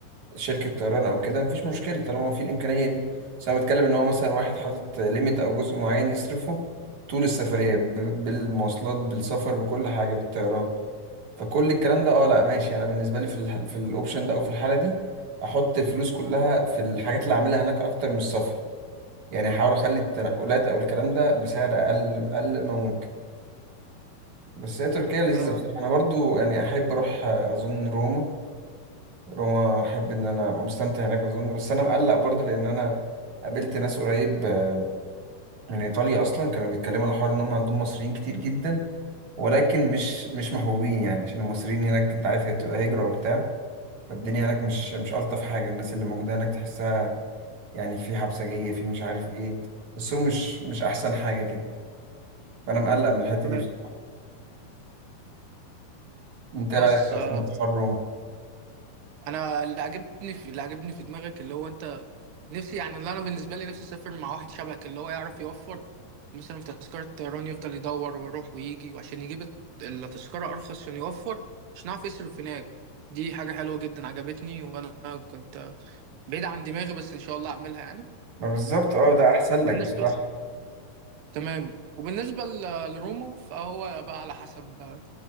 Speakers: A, on the right; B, on the right.
A: شركة طيران أو كده مفيش مشكلة طالما في الإمكانية دي بس أنا بتكلم إن هو مثلا واحد حاطط ليميت أو جزء معين يصرفه طول السفرية ب- بالمواصلات بالسفر بكل حاجة بالطيران فكل الكلام ده أه لأ ماشي أنا بالنسبة لي في الح... في الأوبشن ده أو في الحالة دي أحط الفلوس كلها في الحاجات اللي أعملها هناك أكتر من السفر يعني أحاول أخلي التنقلات أو الكلام ده بسعر أقل أقل ما ممكن بس هي تركيا لذيذة
B: آه.
A: بصراحة أنا برضو يعني أحب أروح آه، أظن روما روما احب ان انا ابقى مستمتع هناك اظن بس انا مقلق برضه لان انا قابلت ناس قريب آه، من ايطاليا اصلا كانوا بيتكلموا على الحوار ان هم عندهم مصريين كتير جدا ولكن مش مش محبوبين يعني عشان المصريين هناك انت عارف هي بتبقى هجرة وبتاع فالدنيا هناك مش مش الطف حاجة الناس اللي موجودة هناك تحسها يعني في حبسجية في مش عارف ايه بس هو مش مش احسن حاجة كده فانا مقلق من الحتة
B: تمام.
A: دي بصراحة انت
B: بص
A: رأيك اصلا
B: آه.
A: في حر روما
B: انا اللي عجبني في اللي عجبني في دماغك اللي هو انت نفسي يعني اللي انا بالنسبه لي نفسي اسافر مع واحد شبهك اللي هو يعرف يوفر مثلا في تذكره طيران يفضل يدور ويروح ويجي وعشان يجيب الت- التذكره ارخص عشان يوفر عشان يعرف يصرف هناك دي حاجه حلوه جدا عجبتني وانا كنت بعيد عن دماغي بس ان شاء الله اعملها يعني
A: ما بالظبط اه ده احسن
B: وبالنسبة
A: لك بصراحة
B: تمام وبالنسبة ل- لروما فهو بقى على حسب